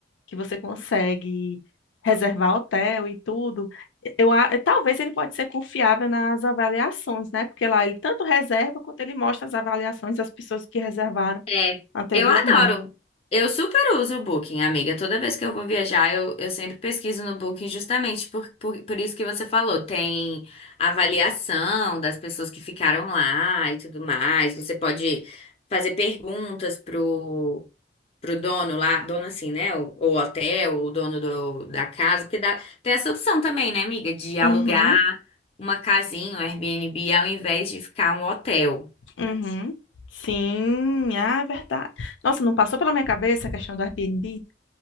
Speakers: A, on the left; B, on the left.
A: que você consegue reservar hotel e tudo. Eu, a- talvez ele pode ser confiável nas avaliações, né? Porque lá ele tanto reserva quanto ele mostra as avaliações das pessoas que reservaram.
B: É,
A: Anteriormente.
B: eu adoro. Eu super uso o Booking, amiga. Toda vez que eu vou viajar, eu, eu sempre pesquiso no Booking, justamente por, por, por isso que você falou. Tem avaliação das pessoas que ficaram lá e tudo mais. Você pode fazer perguntas pro, pro dono lá, dono assim, né? Ou, ou hotel, ou dono do, da casa, porque dá, tem essa opção também, né, amiga, de alugar
A: Uhum,
B: uma casinha, um Airbnb, ao invés de ficar um hotel.
A: uhum. Sim, ah, é verdade. Nossa, não passou pela minha cabeça a questão do Airbnb?